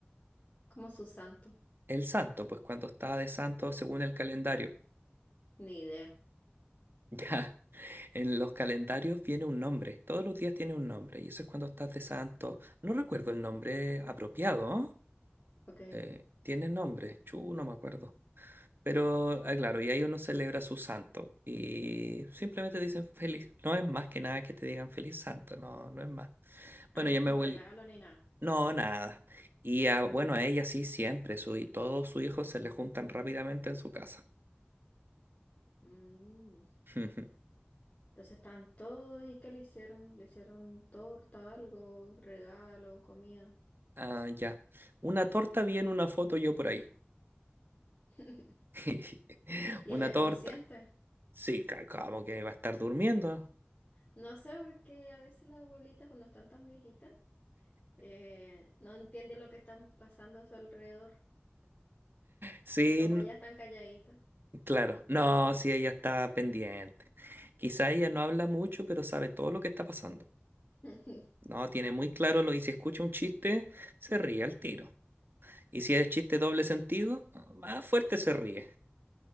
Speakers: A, on the left; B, on the right.
A: Como su santo.
B: El santo, pues cuando está de santo según el calendario. <laughs>
A: Ni idea,
B: Ya, en los calendarios viene un nombre. Todos los días tiene un nombre. Y eso es cuando estás de santo. No recuerdo el nombre apropiado, ¿no?
A: ok.
B: Eh, tiene nombre. Chu, no me acuerdo. Pero, ah, claro, y ahí uno celebra su santo y simplemente dicen feliz. No es más que nada que te digan feliz santo, no, no es más.
A: Ah,
B: Bueno,
A: no
B: yo
A: es como
B: me vuelvo.
A: regalo ni nada.
B: No, nada. Y a, bueno, a ella sí, siempre. Su, y todos sus hijos se le juntan rápidamente en su casa.
A: Mm,
B: <laughs>
A: Entonces están todos y ¿qué le hicieron? Le hicieron torta, algo, regalo, comida.
B: Ah, ya. Una torta, bien, una foto yo por ahí.
A: <laughs>
B: <laughs>
A: Y
B: Una
A: ella
B: torta.
A: consciente,
B: Sí, ca- como que va a estar durmiendo.
A: No sé por qué a veces las abuelitas cuando están tan viejitas eh, no entienden lo que están pasando a su alrededor
B: Sí,
A: y como ellas están calladitas.
B: Claro, no, sí, ella está pendiente. Quizá ella no habla mucho, pero sabe todo lo que está pasando.
A: <laughs>
B: No, tiene muy claro lo y si escucha un chiste, se ríe al tiro. Y si es chiste doble sentido, más fuerte se ríe.